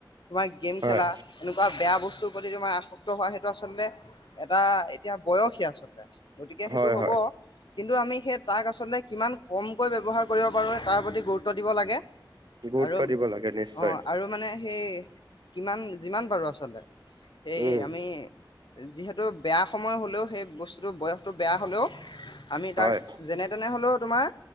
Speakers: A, on the left; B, on the right.
A: তোমাৰ গেম
B: হয়
A: খেলা এনেকুৱা, বেয়া বস্তুৰ প্ৰতি তোমাৰ আসক্ত হোৱা সেইটো আচলতে এটা এতিয়া বয়সেই আচলতে। গতিকে সেইটো
B: হয়
A: হ'ব,
B: হয়
A: কিন্তু আমি সেই টাক আচলতে কিমান কম কৈ ব্যৱহাৰ কৰিব পাৰো, তাৰ প্ৰতি গুৰুত্ব দিব লাগে।
B: গুৰুত্ব
A: আৰু
B: দিব লাগে নিশ্চয়
A: অ', আৰু মানে সেই কিমান যিমান পাৰোঁ আচলতে, সেই
B: উম
A: আমি যিহেতু বেয়া সময় হলেও, সেই বস্তুটো বয়স তো বেয়া হ'লেও, আমি
B: হয়
A: তাক যেনে-তেনে হ'লেও তোমাৰ